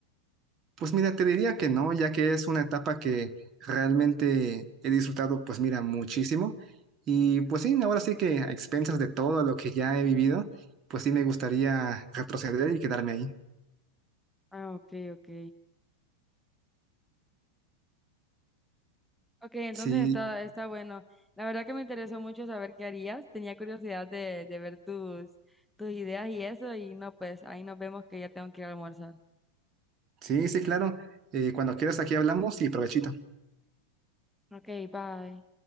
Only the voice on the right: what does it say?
Pues mira, te diría que no, ya que es una etapa que realmente he disfrutado, pues mira, muchísimo. Y pues sí, ahora sí que a expensas de todo lo que ya he vivido, pues sí me gustaría retroceder y quedarme ahí.
Sí,
sí, sí, claro. Eh, cuando quieras aquí hablamos y provechito.